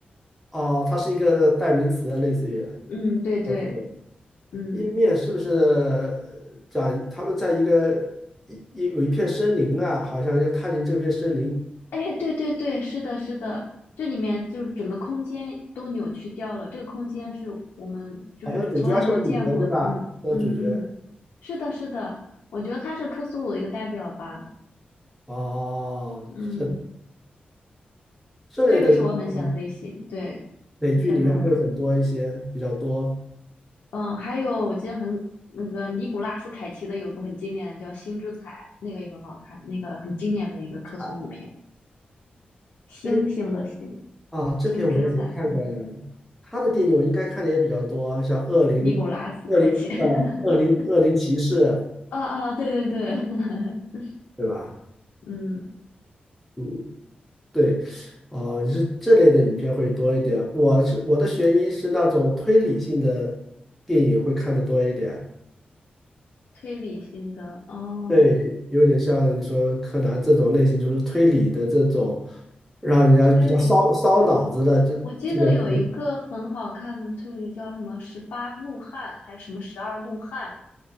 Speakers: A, in the centre; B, on the left.
A: 哦，它是一个代名词啊，类似于
B: 嗯，对对，
A: 哦，对对，
B: 嗯，
A: 《页面》是不是呃讲他们在一个一一有一片森林啊，好像要踏进这片森林，
B: 哎，对对对，是的，是的，这里面就是整个空间都扭曲掉了，这个空间是我们就是从来没有见过，
A: 好像主角要是个女的，对吧？
B: 嗯嗯嗯，
A: 那个主角
B: 是的，是的，我觉得它是克苏鲁的一个代表吧，
A: 哦，
B: 嗯。
A: 是这类的嗯
B: 这个是我很喜欢的类型，对，
A: 美剧里面会很多一些比较多
B: 我喜欢这种。嗯，还有我记得很那个尼古拉斯凯奇的有一部很经典的叫《星之彩》，那个也很好看，那个很经典的一个克苏鲁片，
A: 彩啊，
B: 星星的星，
A: 哎，啊，这篇我也没看过呀。
B: 星之彩，嗯，
A: 他的电影我应该看的也比较多，像《恶灵》
B: 尼古拉斯凯奇，
A: 《恶灵》呃，
B: <laughs>
A: 《恶灵》《恶灵骑士》，
B: 啊啊，对对对，<laughs>
A: 对吧？
B: 嗯，
A: 嗯，对，哦、是这类的影片会多一点。我是我的悬疑是那种推理性的电影会看的多一点。
B: 推理型的哦，
A: 对，有点像你说柯南这种类型，就是推理的这种，让人家比较烧烧脑子的这这种类型。
B: 推理，我记得有一个很好看的推理叫什么《十八怒汉》还是什么《十二怒汉》，